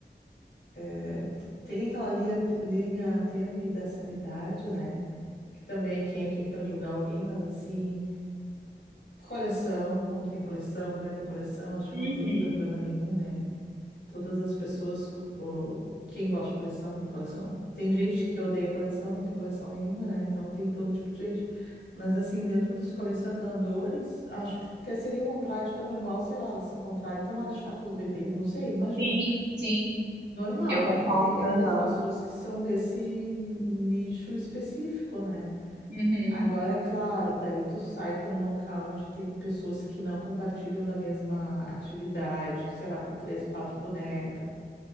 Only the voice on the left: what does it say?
é, t- tem aquela linha, linha tênue da sanidade, né? Que também quem é quem para julgar alguém, mas assim, coleção, homem tem coleção, mulher tem coleção, acho
que não tem problema nenhum, né? Todas as pessoas, co- o- quem gosta de coleção, tem coleção. Tem gente que odeia coleção, não tem coleção nenhuma, né? Então tem todo tipo de gente. Mas assim, dentro dos colecionadores, acho que até seria uma prática normal, sei lá, elas se encontrarem e tomar chá com os bebês, não sei, imagino.
Normal,
entre, entre
as pessoas que são desse nicho específico, né?
Agora, claro, daí tu sai para um local onde tem pessoas que não compartilham da mesma atividade, sei lá, com três, quatro bonecas.